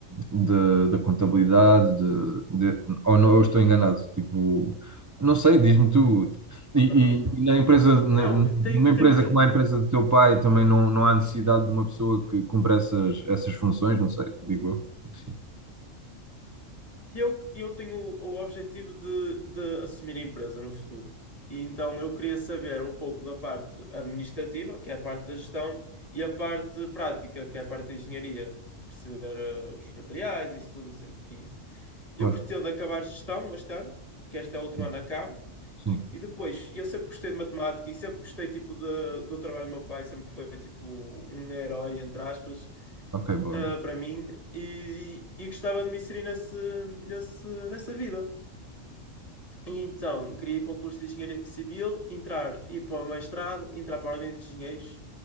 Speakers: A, on the right; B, on the left.
A: de- da contabilidade, de, de- ou não, eu estou enganado, tipo, não sei, diz-me tu. E, e-
B: Não, não, não.
A: e na empresa, na-
B: Não,
A: numa
B: tem,
A: empresa
B: tem muito.
A: como a empresa do teu pai, também não, não há necessidade de uma pessoa que cumpra essas, essas funções, não sei, digo eu. Sim,
B: E eu, eu tenho o, o objetivo de, de assumir a empresa no futuro. E então eu queria saber um pouco da parte administrativa, que é a parte da gestão, e a parte prática, que é a parte da engenharia, de perceber eh, os materiais, isso tudo, não sei, o que é isso. Eu
A: claro.
B: pretendo acabar gestão este ano, porque este é o último
A: Sim,
B: ano que acabo
A: sim.
B: e depois, eu sempre gostei de matemática e sempre gostei tipo de- do trabalho do meu pai, sempre foi tipo um herói, entre aspas,
A: Ok, boa,
B: ah,
A: boa.
B: para mim, e, e gostava de me inserir nesse, nesse, nessa vida. E então, queria ir para o curso de Engenharia Civil, entrar, ir para o mestrado, entrar para a Ordem dos Engenheiros,